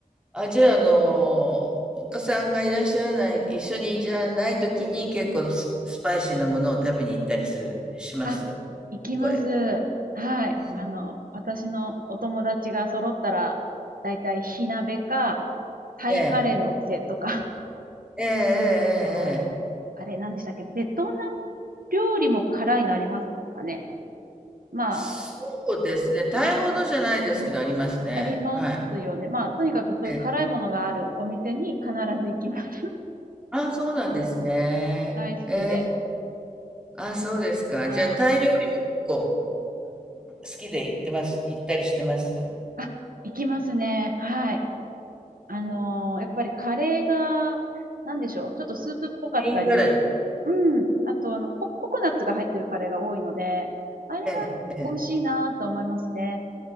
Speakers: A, in the centre; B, on the right.
A: あ、じゃあ、あの、お子さんがいらっしゃらない、一緒にじゃない時に結構ススパイシーなものを食べに行ったりするします？
B: あ、行きます。
A: そこへ。
B: はい。
A: うん。
B: あの、私のお友達が揃ったら、だいたい火鍋か、タイカレーのお店とか、
A: ええ。ええええ
B: <laughs> とあれ、
A: ええええ。
B: 何でしたっけ、ベトナム料理も辛いのありますかね。ま
A: そうですね、タイほどじゃないですけどありますね。
B: ありますよね。
A: はい。
B: まあ、とにかくそういう辛いものがあるお店に必ず行きます。
A: ええ。ああ、そうなんですね。
B: <laughs> 大好きで。
A: ええ。ああ、そうですか。
B: はい。
A: じゃあ、タイ料理も結構好きで行ってます行ったりしてます？
B: あ、行きますね。はい。あのーやっぱりカレーが、
A: うん、グ
B: なんでしょう。ちょっとスープっぽかったり、
A: リーンカラーで
B: うん。あと、あの、コ、ココナッツが入ってるカレーが多いので、あれが美味しいなと思いますね。
A: すね。